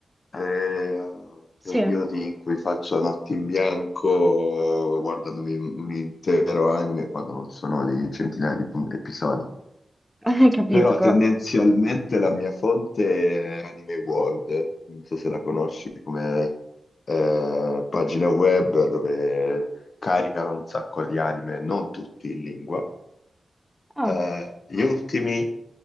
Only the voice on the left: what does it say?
eh,
periodi in cui faccio notti in bianco guardandomi un un intero anime quando non sono di centinaia di pun- episodi.
Però tendenzialmente la mia fonte è Anime World, non so se la conosci come eh, pagina web dove caricano un sacco di anime, non tutti in lingua.
Eh, gli ultimi